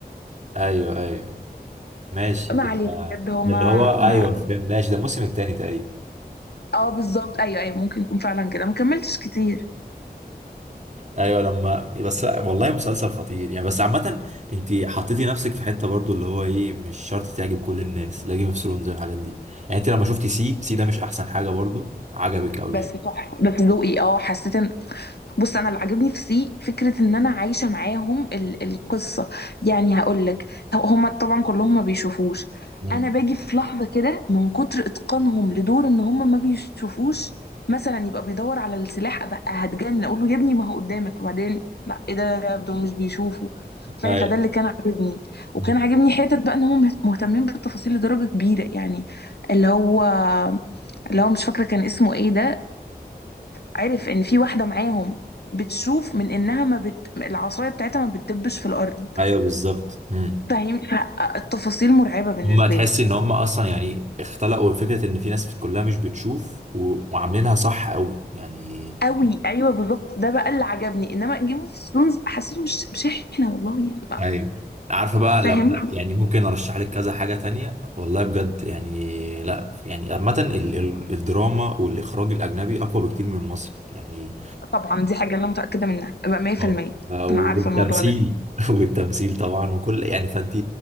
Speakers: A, on the right; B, on the left.
A: ايوه ايوه ماشي
B: ما
A: ده
B: علينا
A: ده
B: بجد هو ما
A: اللي هو ايوه
B: ما
A: فهمت ماشي ده الموسم الثاني تقريبا
B: اه بالظبط ايوه ايوه ممكن يكون فعلا كده ما كملتش كتير
A: ايوه لما بس والله مسلسل خطير يعني بس عامة انت حطيتي نفسك في حتة برضو اللي هو ايه مش شرط تعجب كل الناس لا جيم اوف ثرونز الحاجات دي يعني انت لما شفتي سي سي ده مش احسن حاجة برضو عجبك قوي
B: بس
A: يعني
B: تحفه بس ذوقي اه حسيت ان بص انا اللي عاجبني في سي فكره ان انا عايشه معاهم ال- القصه يعني هقول لك هم طبعا كلهم ما بيشوفوش
A: مم.
B: انا باجي في لحظه كده من كتر اتقانهم لدور ان هم ما بيشوفوش مثلا يبقى بيدور على السلاح ابقى هتجن اقول له يا ابني ما هو قدامك وبعدين لا ايه ده دول مش بيشوفوا فاهم
A: ايوه
B: فده اللي كان عاجبني
A: مم.
B: وكان عاجبني حته بقى ان هم مهتمين بالتفاصيل لدرجه كبيره يعني اللي هو اللي هو مش فاكره كان اسمه ايه ده عرف ان في واحده معاهم بتشوف من انها ما بت... العصايه بتاعتها ما بتدبش في الارض
A: ايوه بالظبط مم.
B: فاهم فالتفاصيل مرعبه بالنسبه
A: هما تحسي
B: لي
A: ان هما اصلا يعني اختلقوا فكرة ان في ناس كلها مش بتشوف و... وعاملينها صح قوي يعني
B: قوي ايوه بالظبط ده بقى اللي عجبني انما جيم اوف ثرونز حسيته مش مش احنا والله يعني بقى
A: ايوه عارفه بقى
B: فاهم
A: لو لا يعني ممكن ارشح لك كذا حاجه تانية والله بجد يعني لا يعني عامه ال- ال- الدراما والاخراج الاجنبي اقوى بكتير من المصري يعني
B: طبعا دي حاجه انا متاكده منها بقى 100%
A: اه آه، والتمثيل
B: انا عارفه الموضوع ده
A: <laughs> والتمثيل طبعا وكل يعني فانت